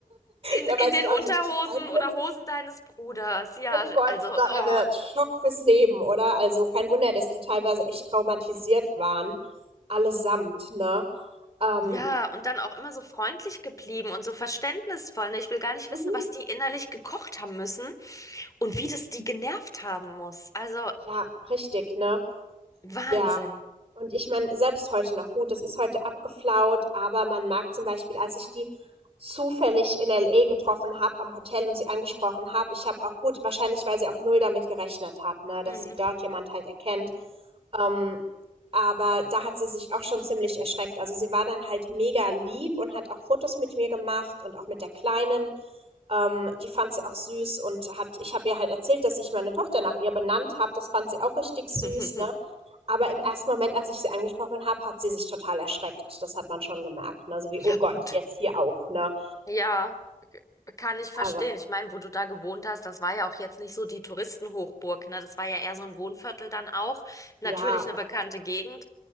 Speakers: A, on the left; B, on the right.
A: In,
B: da
A: in
B: weiß
A: den
B: ich
A: Unterhosen
B: auch nicht, ob ich schreien
A: oder
B: würde.
A: Hosen deines Bruders. Ja,
B: Oh Gott,
A: also,
B: da,
A: oh,
B: da, Schock fürs Leben, oder? Also kein Wunder, dass die teilweise echt traumatisiert waren. Allesamt, ne? Ähm,
A: ja, und dann auch immer so freundlich geblieben und so verständnisvoll. ne? Ich will gar nicht
B: mhm.
A: wissen, was die innerlich gekocht haben müssen und wie das die genervt haben muss. Also,
B: Ja, richtig, ne?
A: Wahnsinn.
B: Ja, Und ich meine, selbst heute noch gut, das ist heute abgeflaut, aber man merkt zum Beispiel, als ich die zufällig in LA getroffen habe am Hotel und sie angesprochen habe, ich habe auch gut, wahrscheinlich weil sie auch null damit gerechnet hat, ne, dass
A: Mhm.
B: sie dort jemand halt erkennt. Ähm, aber da hat sie sich auch schon ziemlich erschreckt. Also sie war dann halt mega lieb und hat auch Fotos mit mir gemacht und auch mit der Kleinen. Ähm, die fand sie auch süß und hat, ich habe ihr halt erzählt, dass ich meine Tochter nach ihr benannt habe. Das fand sie auch richtig süß,
A: <laughs>
B: ne? Aber im ersten Moment, als ich sie angesprochen habe, hat sie sich total erschreckt. Das hat man schon gemerkt, ne? So wie,
A: Ja,
B: oh Gott,
A: gut.
B: jetzt hier auch, ne?
A: Ja, kann ich
B: Aber
A: verstehen. Ich meine, wo du da gewohnt hast, das war ja auch jetzt nicht so die Touristenhochburg, ne? Das war ja eher so ein Wohnviertel dann auch. Natürlich
B: ja,
A: eine bekannte Gegend,